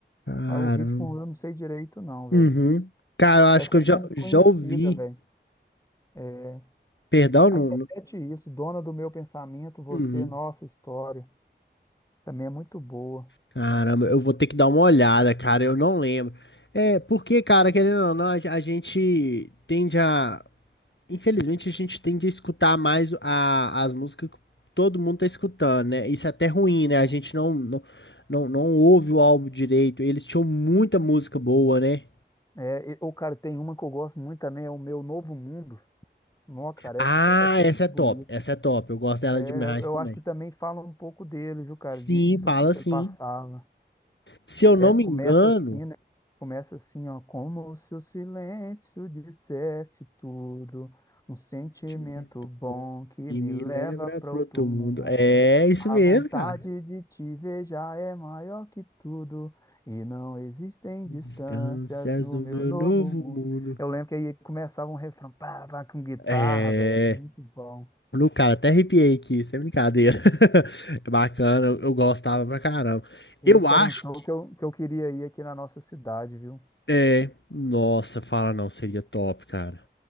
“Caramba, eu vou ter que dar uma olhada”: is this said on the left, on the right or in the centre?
Left